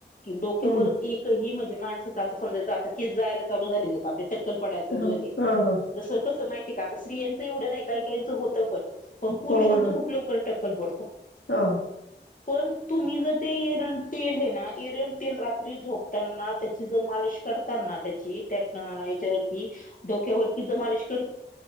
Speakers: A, on the left; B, on the left.
A: क डोक्यावर
B: हम्म
A: एक माण समच केस जायलालू झा आप टक्कल पडय चालू
B: हा
A: झाले
B: हा हा
A: जस कसं मा का आता स्त्रयांचं एवढं नाही काही काहीचं होतं पण पण पुरुषांचं
B: हो बरोबर
A: खुप लवकर टक्कल पडतं
B: हा
A: पण तुम्ही जर ते एरण तेल हे ना एरण तेल रात्री झोपताना त्याची ज माल त्याच्यावर डोक्यावरती ज कर